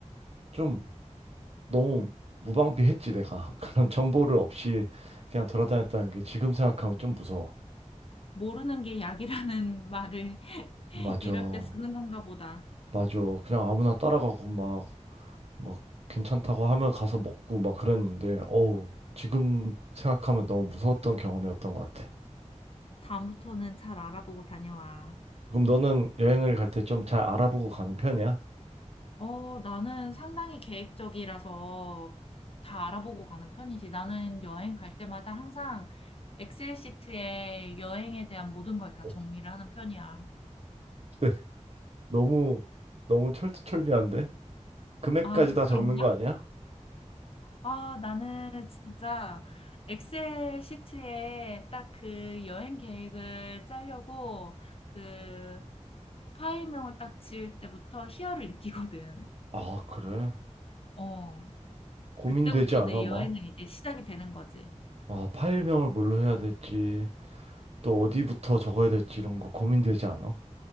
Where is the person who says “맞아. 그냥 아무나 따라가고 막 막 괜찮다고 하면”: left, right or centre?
Right